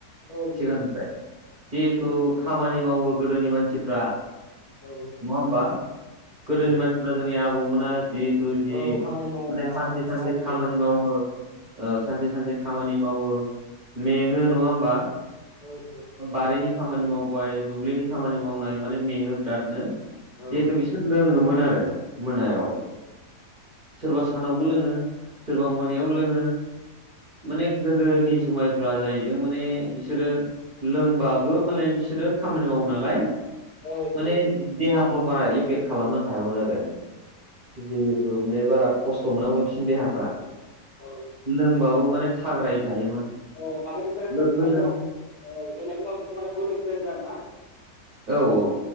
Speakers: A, on the left (about 65°); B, on the right (about 40°).
A: औ नंगौ
B: सिगांनिफ्राय
A: नोंथां।
B: जिहेथु खामानि मावो गोदोनि मानसिफ्रा।
A: औ
B: नङा होमबा गोदोनि
A: औ
B: मानसिफ्रा जोंनि आबौमोना। जिहेथु जि
A: औ खामानि मावना
B: माने सानसे सानसे
A: मावखायो
B: खामानि
A: नोंथां
B: मावो। ओ सानसे सानसे खामानि मावो। मेङो
A: नंगौ
B: नङा होमबा
A: औ नंगौ नोंथां थारैनो
B: बारिनि खामानि माव बाय दुब्लिनि खामानि मावनाय माने मेङो बिरादनो
A: औ
B: जिहेथु
A: नंगौ
B: बिसोर लोङोमोन आरो। मोनायाव
A: औ
B: सोरबा सानावबो लोङो सोरबा मोनायाव लोङो। माने गोदोनि जुमायफ्रा जाहैदों माने बिसोरो लोंबाबो मालाय बिसोरो खामानि मावो नालाय।
A: औ
B: माने
A: नंगौ
B: देहाफ्राव बारा इफेक्ट खालामनो हायामोन आरो जिहेथु माने बारा खस्थ' मोनामोन बिसिनि देहाफ्रा
A: औ
B: लोंबाबो माने थाग्रायै थायोमोन।
A: औ माने बिसोरो
B: लोगोजों
A: लोंनायनि उनाव औ लोंनायनि उनाव बोलोसो जादों आरोना
B: औ औ